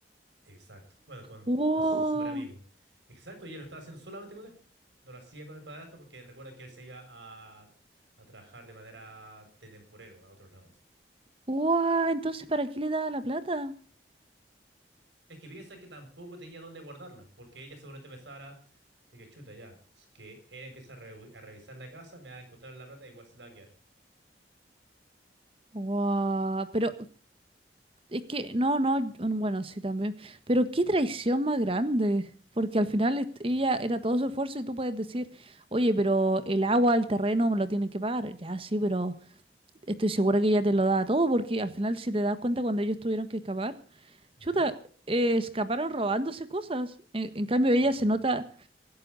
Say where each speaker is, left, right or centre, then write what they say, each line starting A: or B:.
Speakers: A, on the right; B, on the right.
A: Exacto. Bueno, con,
B: Wow,
A: con su super amigo. Exacto, y ella lo estaba haciendo solamente con él. No lo hacía con el padrastro porque recuerda que él se iba a, a trabajar de manera de temporero a otros lados.
B: wow, entonces ¿para qué le daba la plata?
A: Es que piensa que tampoco tenía dónde guardarla, porque ella seguramente pensara de que chuta ya, es que él empieza a, revi- a revisar la casa, me va a encontrar la plata, igual se la va a quedar.
B: Wow, pero Es que, no, no, mm, bueno, sí también. Pero qué traición más grande. Porque al final est- ella
A: Sí.
B: era todo su esfuerzo y tú puedes decir, oye, pero el agua, el terreno me lo tienen que pagar. Ya sí, pero estoy segura que ella te lo da todo, porque al final si te das cuenta cuando ellos tuvieron que escapar,
A: Ujú,
B: chuta, eh, escaparon robándose cosas. En, en cambio ella
A: Exacto.
B: se nota